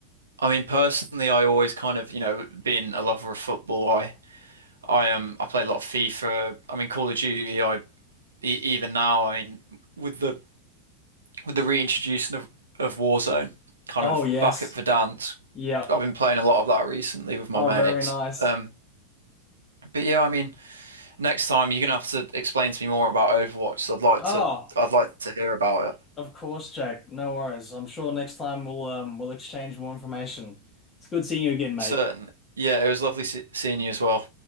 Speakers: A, on the right; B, on the left.
A: I mean, personally, I always kind of, you know, being a lover of football, I I um I play a lot of FIFA. I mean, Call of Duty. I e even now, I mean, with the with the reintroduction of, of Warzone, kind
B: Oh,
A: of
B: yes.
A: back at Verdansk.
B: Yep.
A: I've been playing a lot of that recently with my
B: Oh,
A: mates.
B: very nice.
A: Um, but yeah, I mean, next time you're gonna have to explain to me more about Overwatch. So I'd like
B: Oh,
A: to, I'd like to hear about it.
B: of course, Jake. No worries. I'm sure next time we'll um we'll exchange more information. It's good seeing you again, mate.
A: Certainly. Yeah, it was lovely se seeing you as well.